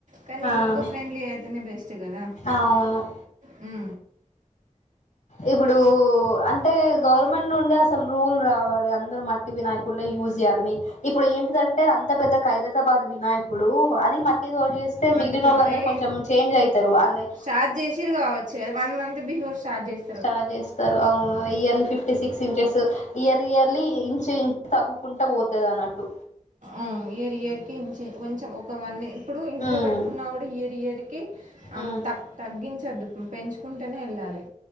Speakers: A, on the right (about 75°); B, on the left (about 70°).
A: కానీ
B: ఆ
A: ఈకో ఫ్రెండ్లీ అయితేనే బెస్ట్ కదా
B: అవును
A: మ్
B: ఇప్పుడు అంటే గవర్నమెంట్ నుండి అసలు రూల్ రావాలి అందరూ మట్టి వినయి కుడ్నె యూజ్ చేయాలని ఇప్పుడు ఏంటి దంటే అంత పెద్ద ఖైర బాద్ వినాయకుడు అది మట్టి తోచేస్తే
A: మట్టితోనే
B: మిగిలినోళ్ళు అందరూ
A: ఏ
B: కొంచెం చేంజ్ అయితరు ఆణే
A: స్టార్ట్ చేసిరి గావచ్చు వన్ మంత్ బిఫోర్ స్టార్ట్ చేసి
B: స్టార్ట్ చేస్తారు అవును yearly fifty six inches year yearly inch inch తగ్గుకుంటూ పోతది అన్నట్టు
A: ఆ ఇయర్ ఇయర్ కి ఇ కొంచెం ఒకవన్న ఇప్పుడు ఇంట్లో
B: ఉమ్
A: పెట్టుకున్న ఇయరి ఇయరికి
B: ఉమ్
A: త తగ్గించద్దు పెంచుకుంటేనే వెళ్ళాలి